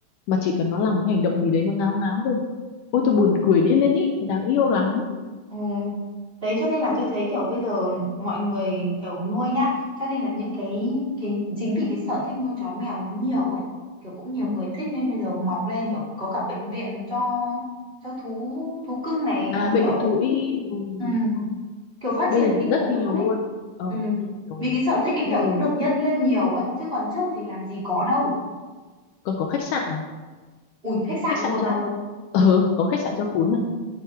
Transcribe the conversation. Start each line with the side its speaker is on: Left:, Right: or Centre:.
Left: mà chỉ cần nó làm một hành động gì đấy nó ngáo ngáo rồi
Right: ừ
Left: ôi tôi buồn cười điên lên ý nó đáng yêu lắm
Right: Ừ. Đấy cho nên là tôi thấy kiểu bây giờ mọi người kiểu nuôi nhá cho nên là những cái cái chính vì cái sở thích nuôi chó mèo nó nhiều ấy kiểu cũng nhiều
Left: Ừ.
Right: người thích nên bây giờ mọc lên kiểu có cả bệnh viện cho cho thú thú cưng này
Left: à
Right: các
Left: bệnh
Right: kiểu
Left: viện
Right: ấy
Left: thú y ừ,
Right: ừ.
Left: đúng rồi.
Right: kiểu phát
Left: bây
Right: triển
Left: giờ thì
Right: kinh
Left: rất
Right: khủng
Left: nhiều
Right: luôn ấy
Left: luôn ờ
Right: ừ.
Left: bây giờ nhiều
Right: vì
Left: lắm
Right: cái sở thích cái
Left: bây
Right: kiểu
Left: giờ
Right: nó được nhân lên nhiều ấy chứ còn trước thì làm gì có đâu
Left: còn có khách sạn mà
Right: ui khách sạn
Left: khách sạn
Right: luôn
Left: cho
Right: á
Left: ờ có khách sạn cho cún mà